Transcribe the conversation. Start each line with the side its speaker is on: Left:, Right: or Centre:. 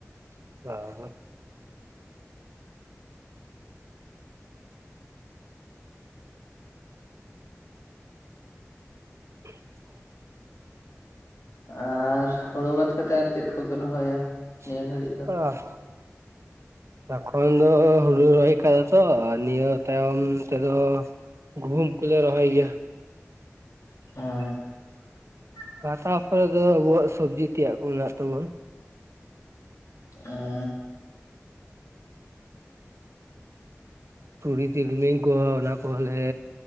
Right: <inaudible> <inaudible>
Left: ᱟᱨ ᱦᱳᱲᱳ ᱵᱟᱫ ᱠᱟᱛᱮᱫ ᱟᱨ ᱪᱮᱫ ᱠᱚ ᱯᱮ ᱨᱚᱦᱚᱭ-ᱟ
Right: <unintelligible>
Left: ᱱᱤᱭᱟᱹ ᱜᱷᱟᱹᱲᱤᱡ ᱫᱚ
Right: ᱼᱼ ᱮᱠᱷᱚᱱ ᱫᱚ ᱦᱳᱲᱳ ᱞᱮ ᱨᱚᱦᱚᱭ ᱟᱠᱟᱫᱟ ᱛᱚ ᱱᱤᱭᱟᱹ ᱛᱟᱭᱚᱢ ᱛᱮ ᱫᱚᱼᱼ ᱜᱩᱦᱩᱢ ᱠᱚ ᱞᱮ ᱨᱚᱦᱚᱭ ᱜᱮᱭ-ᱟ᱾
Left: <unintelligible> ᱼᱼ
Right: <unintelligible> ᱯᱚᱨᱮ ᱫᱚ ᱟᱵᱚᱣᱟᱜ ᱥᱚᱵᱽᱡᱤ ᱛᱮᱭᱟᱜ ᱠᱚ ᱢᱮᱱᱟᱜ ᱛᱟᱵᱚᱱᱼᱼ
Left: <unintelligible> ᱼᱼ
Right: ᱛᱩᱲᱤ ᱛᱤᱞᱢᱤᱧ ᱠᱚ ᱦᱚᱸ ᱚᱱᱟ ᱠᱚ ᱦᱚᱸ ᱞᱮ